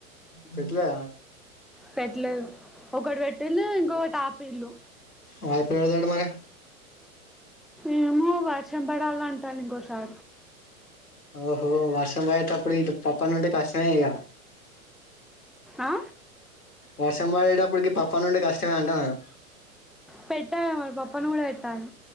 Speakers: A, on the left (about 90°); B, in the centre.
A: పెట్టలే
B: పెట్టలేదు. ఒకటి పెట్టిల్లు ఇంకొకటి ఆపిల్లు
A: ఆ ఎప్పుడు పెడతాడంట మరి
B: ఏమో వర్షం పడాలాంట ఇంకోసారి
A: ఓహో! వర్షం బడేటప్పుడు ఇటు పప్ప నుంటే కష్టమే ఇగ
B: ఆ
A: వర్షం పడేటప్పటికి పప్ప నుండి కష్టమే అంటాన్నాను.
B: పెట్టా మరి పప్ప ను కూడా పెట్టాలి.